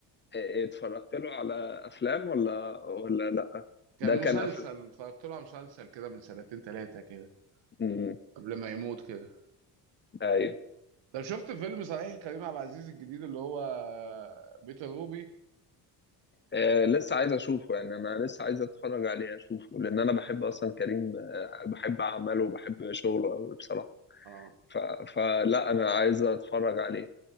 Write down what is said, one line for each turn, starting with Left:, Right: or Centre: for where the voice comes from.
Left: آه، اتفرجت له على افلام ولا ولا لا
Right: كان
Left: ده
Right: مسلسل
Left: كان افلام
Right: اتفرجت له على مسلسل كده من سنتين ثلاثه كده
Left: مم،
Right: قبل ما يموت كده
Left: ايوه
Right: طب شفت فيلم صحيح كريم عبد العزيز الجديد اللي هو بيت الروبي
Left: آه، لسه عايز اشوفه يعني انا لسه عايز اتفرج عليه اشوفه لان انا بحب اصلا كريم آه، بحب اعماله وبحب شغله قوي بصراحه
Right: اه
Left: ف... فلا انا عايز اتفرج عليه